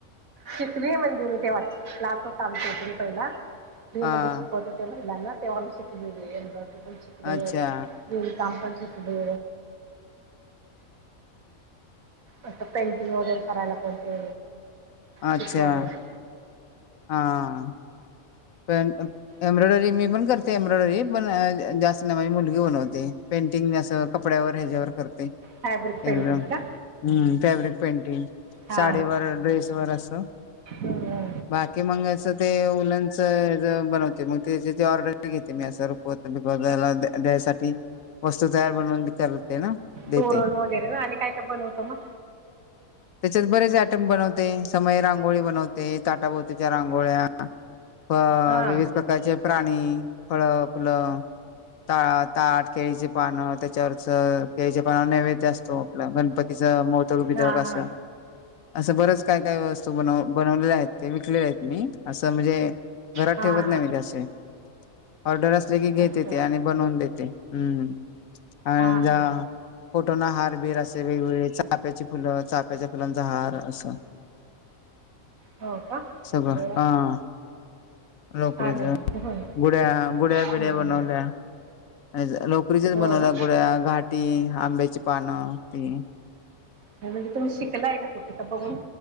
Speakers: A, on the right (about 75°); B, on the left (about 75°).
A: शिकलीए म्हणजे मी तेव्हाच, क्लास होता आमच्या इकडे पहिला फ्री
B: हा
A: मध्ये शिकवत ते महिलांना, तेव्हा मी शिकलेलीय एम्ब्रोयडरी पण शिकले,
B: अच्छा
A: विणकाम पण शिकले. आता पेंटिंग वगैरे करायला पण ते
B: अच्छा
A: शिकवले <unintelligible>
B: हा. पण एम्ब्रॉयडरी मी पण करते एम्ब्रॉयडरी, अ पण जास्त नाय माझी मुलगी बनवते. पेंटिंग असं कपड्यावर ह्याच्यावर करते.
A: फॅब्रिक पेंटिंग
B: एकदम
A: का?
B: हम्म, फॅब्रिक पेंटिंग
A: हा
B: साडीवर ड्रेसवर असं.
A: हा
B: बाकी मग असं ते वुलनचं ह्याचं बनवते, मग त्याची ती ऑर्डर घेते मी असं <unintelligible> बघायला द्या द्यायसाठी, वस्तू तयार बनवून <unintelligible> देते
A: तोरण वगैरे ना आणि काय काय बनवतो मग?
B: <inaudible> त्याच्यात बरेच आयटम बनवते, समय रांगोळी बनवते, ताटाभोवतीच्या रांगोळ्या. अ
A: हा
B: विविध प्रकारचे प्राणी, फळं, फुलं. ता ताट केळीचे पानं त्याच्यावरचं केळीचे पाना नै द असतो आपला गणपतीचा मोदक बिदक
A: हा
B: असं.
A: हा
B: असं बरंच काय काय वस्तू बनव बनवलेल्या आहेत ते विकलेले आहेत मी, असं म्हणजे घरात
A: हा
B: ठेवत
A: हा
B: नाही मी म्हणहे अशे ऑर्डर असले की घेते
A: अच्छा
B: ते आणि बनवून देते, हम्म आणि
A: हा
B: जा
A: हा
B: फोटोना हार बिर असे वेगवेगळे चाप्याची फुलं चाप्याच्या फुलांचा हार असं.
A: हो का
B: सगळं
A: अरे वा
B: हा. लोकरीचं,
A: छान आहे
B: गुड्या गुड्या,
A: हम्म
B: बिड्या बनवल्या
A: हम्म
B: अज लोकरीचेच
A: हो
B: बनवल्या
A: ना
B: गुड्या, घाटी, आंब्याची पानं ती
A: नाही म्हणजे, तुम्ही शिकलाय का कुठ का बघून